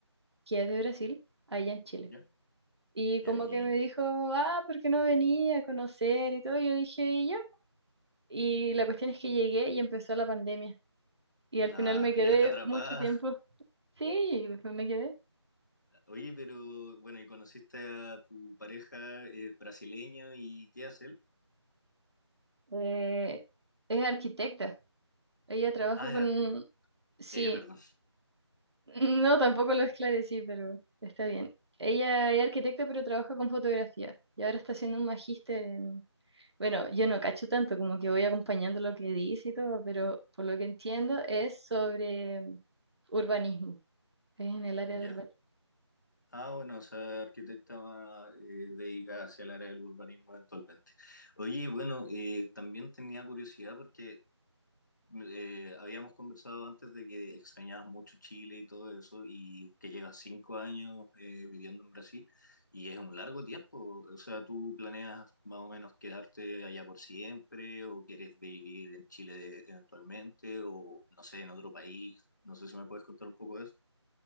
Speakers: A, on the right; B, on the left.
A: que es de Brasil, allá en Chile.
B: ¿Ya?
A: Y
B: Ya,
A: como
B: y
A: que me dijo, ah, ¿por qué no venía a conocer y todo? Y yo dije, ya. Y la cuestión es que llegué y empezó la pandemia y al
B: nada,
A: final me
B: te
A: quedé
B: quedaste atrapada.
A: mucho tiempo. <laughs> Sí, me me quedé.
B: <laughs> Oye, pero bueno, y conociste a tu pareja eh, brasileña y ¿qué hace él?
A: Eh, es arquitecta. Ella trabaja
B: Ah,
A: con...
B: es arquitecta.
A: Sí,
B: Ella, perdón. <laughs>
A: <laughs> no, tampoco lo esclarecí, pero está bien. Ella es arquitecta, pero trabaja con fotografía. Y ahora está haciendo un magíster en... Bueno, yo no cacho tanto, como que voy acompañando lo que dice y todo, pero por lo que entiendo es sobre urbanismo. Es en el área
B: Ya.
A: de urbanismo.
B: Ah, bueno, o sea, arquitecta más, eh, dedicada hacia el área del urbanismo eventualmente. Oye, bueno, eh, también tenía curiosidad porque eh, habíamos conversado antes de que extrañabas mucho Chile y todo eso, y que llevas cinco años eh, viviendo en Brasil, y es un largo tiempo. O sea, ¿tú planeas más o menos quedarte allá por siempre, o quieres vivir en Chile eventualmente, o no sé, en otro país? No sé si me puedes contar un poco de eso.